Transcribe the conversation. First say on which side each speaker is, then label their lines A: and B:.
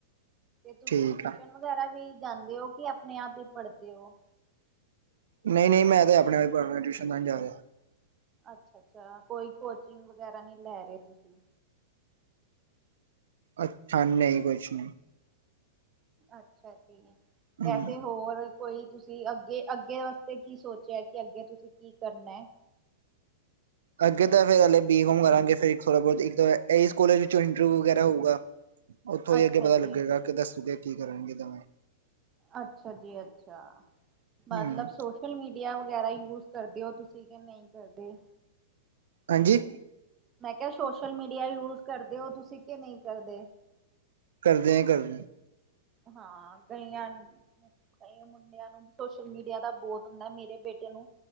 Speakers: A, on the right; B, on the right.
A: ਤੇ ਤੁਸੀ
B: ਠੀਕ
A: ਟਿਊਸ਼ਨ
B: ਆ
A: ਵਗੈਰਾ ਵੀ ਜਾਂਦੇ ਓ ਕਿ ਆਪਣੇ ਆਪ ਹੀ ਪੜਦੇ ਓ
B: ਨਈ, ਨਈ ਮੈਂ ਤਾਂ ਅਪਣੇ ਆਪ ਪੜ ਰੇਆ, ਟਿਊਸ਼ਨ ਤਾ ਨੀ ਜਾ ਰਿਆ
A: ਅੱਛਾ, ਅੱਛਾ ਕੋਈ ਕੋਚਿੰਗ ਵਗੈਰਾ ਨਈ ਲੈ ਰਹੇ ਤੁਸੀਂ?
B: ਅੱਛਾ, ਨਹੀਂ ਕੁਛ ਨਈ।
A: ਅੱਛਾ ਜੀ,
B: ਹੂੰ
A: ਵੈਸੇ ਹੋਰ ਕੋਈ ਤੁਸੀਂ ਅੱਗੇ, ਅੱਗੇ ਵਸਤੇ ਕੀ ਸੋਚੇਆ ਕਿ ਅੱਗੇ ਤੁਸੀਂ ਕੀ ਕਰਨਾ ਐ?
B: ਅੱਗੇ ਤਾ ਫੇਰ ਹਲੇ ਬੀ ਕੋਮ ਕਰਾਂਗੇ ਫਿਰ ਥੋੜਾ ਬੋਤ ਇਕ ਤਾ, ਏਹਿਸ ਕੋਲੇਜ ਵਿੱਚੋ ਇੰਟਰਵਿਊ ਵਗੈਰਾ ਹੋਊਗਾ।
A: <unintelligible>
B: ਓਥੋਂ ਹੀ ਅੱਗੇ ਪਤਾ
A: ਜੀ,
B: ਲੱਗੇਗਾ ਕਿ ਦੱਸੂਗੇ ਕੀ ਕਰਨਗੇ ਦਵੇ
A: ਅੱਛਾ ਜੀ, ਅੱਛਾ ਮਤਲਬ
B: ਹੂੰ
A: ਸੋਸ਼ ਸੋਸ਼ਲ ਮੀਡੀਆ ਵਗੈਰਾ ਯੂਜ ਕਰਦੇ ਹੋ ਤੁਸੀਂ ਕਿ ਨਹੀਂ ਕਰਦੇ
B: ਹਾਂਜੀ
A: ਮੈਂ ਕਿਹਾ ਸੋਸ਼ਲ ਮੀਡੀਆ ਯੂਜ ਕਰਦੇ ਹੋ ਤੁਸੀਂ ਕਿ ਨਹੀਂ ਕਰਦੇ
B: ਕਰਦੇ ਆ ਕਰਦੇ
A: ਹਾਂ ਕਈਆਂ, ਕਈ ਮੁੰਡਿਆਂ ਨੂੰ ਸੋਸ਼ਲ ਮੀਡੀਆ ਦਾ ਬਹੁਤ ਹੁੰਦਾ ਮੇਰੇ ਬੇਟੇ ਨੂੰ